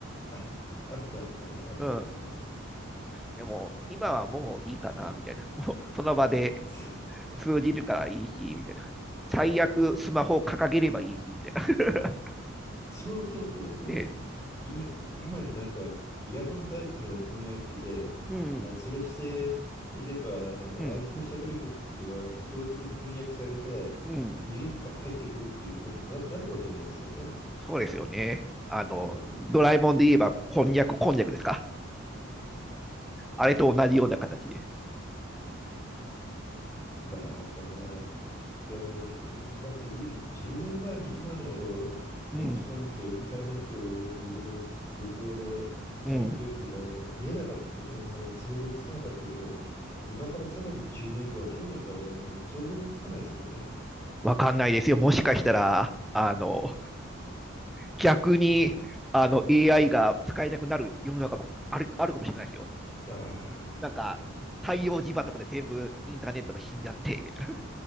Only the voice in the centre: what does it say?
うん。
でも、今はもういいかな、みたいな。<laughs> もうその場で
通じるからいいし、みたいな。最悪、スマホを掲げればいいし、みたいな。
<laughs> で、
うん、
うん、うん、
そうですよね。あの、
ドラえもんで言えば、こんにゃく、こんにゃくですか。あれと同じような形で。
うん、
うん、
うん、
わかんないですよ。もしかしたら、あの、逆にあの AI が使えなくなる世の中もあるあるかもしれないですよ。
なんか、
太陽磁場とかで全部インターネットが死んじゃって、みたいな。